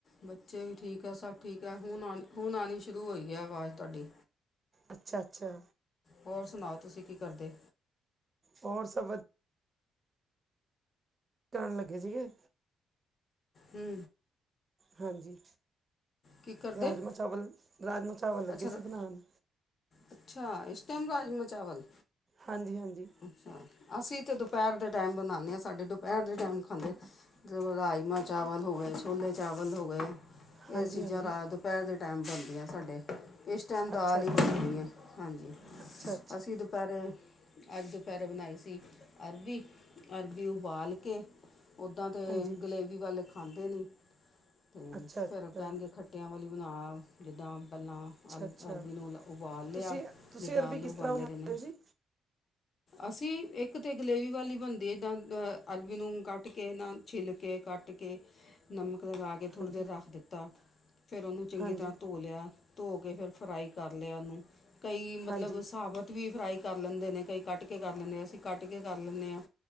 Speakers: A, on the left; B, on the right.
A: ਬੱਚੇ ਵੀ ਠੀਕ ਹੈ, ਸਭ ਠੀਕ ਹੈ, ਹੁਣ ਆ ਹੁਣ ਆਉਣੀ ਸ਼ੁਰੂ ਹੋਈ ਹੈ ਆਵਾਜ਼ ਤੁਹਾਡੀ।
B: ਅੱਛਾ-ਅੱਛਾ।
A: ਹੋਰ ਸੁਣਾਓ, ਤੁਸੀਂ ਕੀ ਕਰਦੇ?
B: ਹੋਰ ਸਭ ਵ ਕਿ ਕਰਨ ਲੱਗੇ ਸੀਗੇ?
A: ਹੂੰ।
B: ਹਾਂਜੀ,
A: ਕੀ ਕਰਦੇ
B: ਰਾਜਮਾਂ-ਚਾਵਲ, ਰਾਜਮਾਂ-ਚਾਵਲ ਲੱਗੇ
A: ਅੱਛਾ
B: ਸੀ ਬਣਾਉਣ।
A: ਅੱਛਾ, ਇਸ ਟਾਈਮ ਰਾਜਮ-ਚਾਵਲ।
B: ਹਾਂਜੀ-ਹਾਂਜੀ।
A: ਅੱਛਾ, ਅਸੀਂ ਤੇ ਦੁਪਹਿਰ ਦੇ ਟਾਈਮ ਬਣਾਉਂਦੇ ਹਾਂ ਸਾਡੇ ਦੁਪਹਿਰ ਦੇ ਟਾਈਮ ਖਾਂਦੇ। ਜਦੋਂ ਰਾਜਮਾਂ-ਚਾਵਲ ਹੋ ਗਏ, ਛੋਲੇ-ਚਾਵਲ ਹੋ ਗਏ। ਇਹ
B: ਹਾਂਜੀ
A: ਚੀਜ਼ਾਂ
B: ਹਾਂਜੀ
A: ਰਾਤ ਦੁਪਹਿਰ ਦੇ ਟਾਈਮ ਬਣਦੀਆਂ ਸਾਡੇ। ਇਸ ਟਾਈਮ ਦਾਲ
B: ਅੱਛਾ ਅੱਛਾ
A: ਹੀ ਬਣਦੀ ਹੈ ਹਾਂਜੀ,
B: ਅੱਛਾ ਅੱਛਾ
A: ਅਸੀਂ ਦੁਪਹਿਰੇ ਅੱਜ ਦੁਪਹਿਰੇ ਬਣਾਈ ਸੀ ਅਰਬੀ, ਅਰਬੀ ਉਬਾਲ ਕੇ ਉੱਦਾਂ ਦੇ
B: ਹਾਂਜੀ
A: ਗਰੇਵੀ ਵਾਲੇ ਖਾਂਦੇ ਨਹੀਂ, ਤੇ
B: ਅੱਛਾ ਅੱਛਾ
A: ਫਿਰ ਕਹਿਣਗੇ ਖੱਟ ਟਿਆਂ ਵਾਲੀ ਬਣਾ ਜਿੱਦਾਂ, ਪਹਿਲਾਂ
B: ਅੱਛਾ
A: ਅਲ
B: ਅੱਛਾ
A: ਅਰਬੀ ਨੂੰ ਉਬਾਲ ਲਿਆ,
B: ਤੁਸੀਂ ਤੁਸੀਂ
A: ਜਿੱਦਾਂ
B: ਅਰਬੀ
A: ਆਲੂ
B: ਕਿਸ
A: ਉਬਾਲੇ
B: ਤਰ੍ਹਾਂ ਬਣਾਉਂਦੇ
A: ਦੇਨੇ।
B: ਹੋ ਜੀ
A: ਅਸੀਂ ਇੱਕ ਤਾਂ ਗਰੇਵੀ ਵਾਲੀ ਬਣਦੀ ਹੈ ਇਦਾਂ ਅਰਬੀ ਨੂੰ ਕੱਟ ਕੇ ਨਾ ਛਿੱਲ ਕੇ ਕੱਟ ਕੱਟ ਕੇ ਨਮਕ ਲਗਾ ਕੇ ਥੋੜ੍ਹੀ
B: ਹਾਂਜੀ
A: ਦੇਰ ਰੱਖ ਦਿੱਤਾ ਫਿਰ ਉਹਨੂੰ ਚੰਗੀ
B: ਹਾਂਜੀ
A: ਤਰ੍ਹਾਂ ਧੋ ਲਿਆ ਧੋ ਕੇ ਫਿਰ ਫਰਾਈ ਕਰ ਲਿਆ ਉਹਨੂੰ ਕਈ ਮਤਲਬ
B: ਹਾਂਜੀ
A: ਸਾਬਤ ਢੀਪ ਫਰਾਈ ਕਰ ਲੈਂਦੇ ਨੇ ਕਈ ਕੱਟ ਕੇ ਕਰ ਲੈਂਦੇ ਆ, ਅਸੀਂ ਕੱਟ ਕੇ ਕਰ ਲੈਂਦੇ ਹਾਂ।